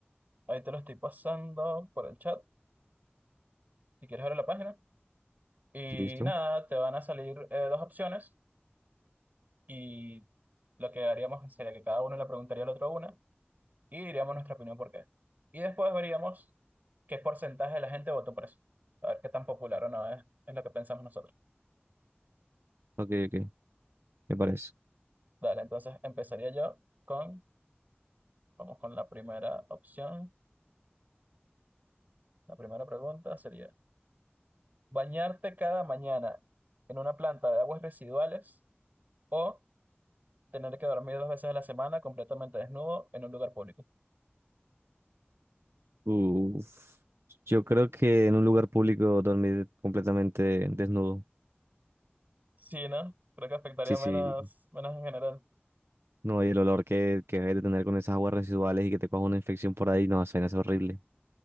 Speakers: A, on the right; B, on the right.
A: ahí te lo estoy pasando por el chat, si quieres ver la página. Y
B: ¿Listo?
A: nada, te van a salir eh, dos opciones y lo que haríamos sería que cada uno le preguntaría al otro una. y diríamos nuestra opinión por qué. Y después veríamos qué porcentaje de la gente votó por eso. A ver qué tan popular o no es, es lo que pensamos nosotros.
B: Ok, ok, me parece.
A: Dale, entonces empezaría yo con, vamos con la primera opción. La primera pregunta sería, ¿bañarte cada mañana en una planta de aguas residuales o tener que dormir dos veces a la semana completamente desnudo en un lugar público?
B: Uf. Yo creo que en un lugar público dormir completamente desnudo.
A: Sí, ¿no? Creo que afectaría
B: Sí,
A: menos,
B: sí.
A: menos en general.
B: No, y el olor que, que hay de tener con esas aguas residuales y que te coja una infección por ahí, no, suena es horrible.